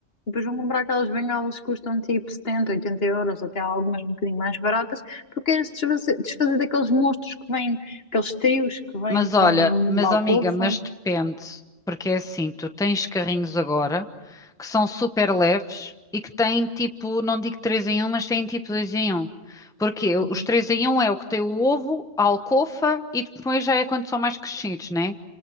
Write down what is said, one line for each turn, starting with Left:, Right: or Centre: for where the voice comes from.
Left: E Depois vão comprar aquelas bengalas que custam tipo 70, oitenta euros, até algumas um bocadinho mais baratas, porque queres desfazer, desfazer daqueles monstros que vêm, aqueles trios que vêm
Centre: Mas
Left: com
Centre: olha,
Left: um
Centre: mas
Left: balcofa.
Centre: ó, amiga, mas depende, porque é assim, tu tens carrinhos agora que são super leves e que têm tipo, não digo 3 em um, mas têm tipo dois em um Porque os
Left: Uhum.
Centre: 3 em um é o que tem o ovo, a alcofa e depois já é quando são mais crescidos, né?